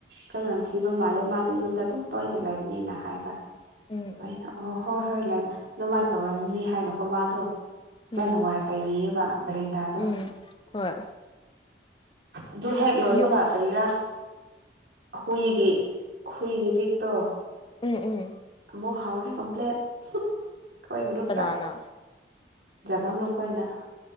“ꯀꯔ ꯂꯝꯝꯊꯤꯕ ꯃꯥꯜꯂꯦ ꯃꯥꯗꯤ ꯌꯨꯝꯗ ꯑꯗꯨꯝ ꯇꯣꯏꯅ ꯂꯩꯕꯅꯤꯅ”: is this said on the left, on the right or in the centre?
Right